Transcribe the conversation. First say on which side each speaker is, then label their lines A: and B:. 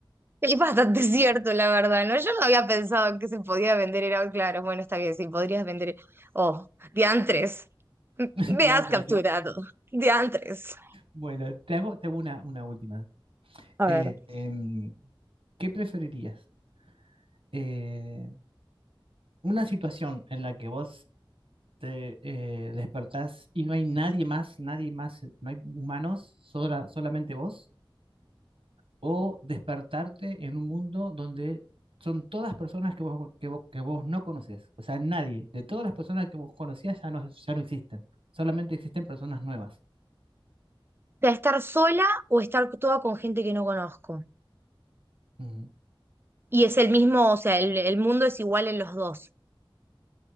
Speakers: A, on the right; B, on the right.
A: Es bastante <laughs> cierto, la verdad, ¿no? Yo no había pensado que se podía vender helado, claro. Bueno, está bien, sí, podrías vender. Oh, diantres.
B: <laughs>
A: Me
B: Diantre,
A: has capturado.
B: así.
A: Diantres.
B: Bueno, te hago, te hago una, una última.
A: A
B: Eh,
A: ver. O
B: em, ¿qué preferirías? Eh, una situación en la que vos te eh, despertás y no hay nadie más, nadie más, eh, no hay humanos, sola- solamente vos, o despertarte en un mundo donde son todas personas que vos, que vos, que vos no conoces, o sea, nadie, de todas las personas que vos conocías ya no, ya no existen, solamente existen personas nuevas.
A: estar sola o estar toda con gente que no conozco.
B: Ujú.
A: Y es el mismo, o sea, el, el mundo es igual en los dos.